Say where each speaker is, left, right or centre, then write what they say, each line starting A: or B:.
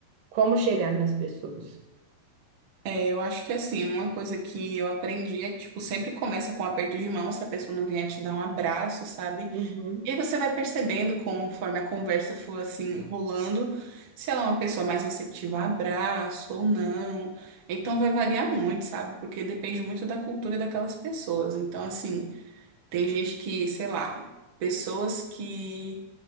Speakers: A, on the right; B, on the right.
A: Como chegar nas pessoas.
B: É, eu acho que assim, uma coisa que eu aprendi é que, tipo, sempre começa com um aperto de mão, se a pessoa não vier te dar um abraço, sabe?
A: Uhum.
B: E aí você vai percebendo conforme a conversa for assim rolando, se ela é uma pessoa mais receptiva a abraço ou não. Então vai variar muito, sabe? Porque depende muito da cultura daquelas pessoas. Então, assim, tem gente que, sei lá, pessoas que